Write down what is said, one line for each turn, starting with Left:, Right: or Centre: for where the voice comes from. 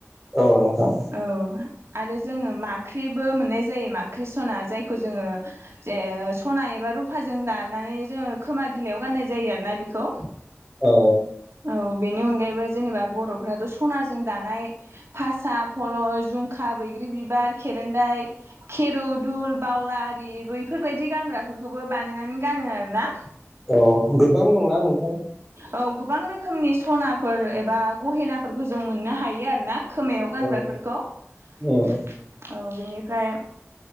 Centre: औ नोंथां।
Right: औ आरो जोङो माख्रिबो मोननाय जायो माख्रि सना जायखौ जोङो जे सना एबा रुफाजों दानानै जोङो खोमा बिलाइयाव गाननाय जायो आरोना बेखौ।
Centre: औ
Right: औ बेनि अनगायैबो जेनेबा बर'फ्राथ' सनाजों दानाय फासा, फल, जुमखा, बैग्रि बिबार, खेरेन्दाय, खेरुदुल, बावल, आरि बैफोरबायदि गानग्राफोरखौबो बानायनानै गानो आरो ना।
Centre: औ गोबां दंना नोंथां।
Right: औ गोबां रोखोमनि सनाफोर एबा गहेनाफोरखौ जों मोननो हायो आरोना। खोमायाव गानग्राफोरखौ
Centre: औ
Right: औ
Centre: उम
Right: बेनिफ्राय